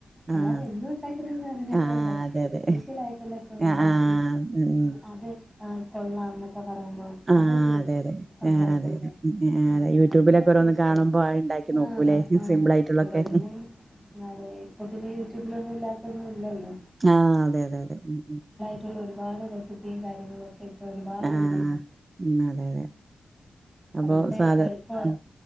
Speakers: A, in the centre; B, on the right.
A: അല്ലാതെ
B: ആഹ്
A: എന്നും ഉണ്ടാക്കുന്ന സാധനങ്ങളുണ്ടാക്ക
B: ആഹ് അതെ അതെ
A: സ്പെഷ്യൽ ആയിട്ടുള്ളൊക്കെ ഉണ്ടാക്കി
B: ആഹ് ഉം
A: അത് ആഹ് കൊള്ളാം എന്നൊക്കെ പറയുമ്പോ
B: ആഹ്
A: അതൊരു
B: അതെ അതെ
A: സന്തോഷല്ലേ
B: ആഹ് അതെ അതെ ആഹ്
A: ആ
B: അതെ യൂട്യൂബിലൊക്കെ
A: അങ്ങനോക്കെ
B: ഓരോന്ന്
A: ഇഷ്ട
B: കാണുമ്പോ അത് ഇണ്ടാക്കി നോക്കൂലേ
A: ആഹ് ആഹ്
B: സിമ്പിൾ ആയിട്ടുള്ളൊക്കെ
A: ഇപ്പൊ പിന്നെ അതെ ഇപ്പൊ പിന്നെ യൂട്യൂബിലൊന്നും ഇല്ലാത്തൊന്നും ഇല്ലല്ലോ
B: ആഹ് അതെ അതെ അതെ ഉം ഉം
A: മറ്റുള്ള ഒരുപാട് റെസിപ്പിയും കാര്യങ്ങളുവൊക്കെ ഇപ്പൊ ഒരുപാടുണ്ടെല്ലോ
B: ആഹ് ഉം അതെ അതെ
A: അതുകൊണ്ട്
B: അപ്പൊ സാധാ
A: എളുപ്പ
B: ഉം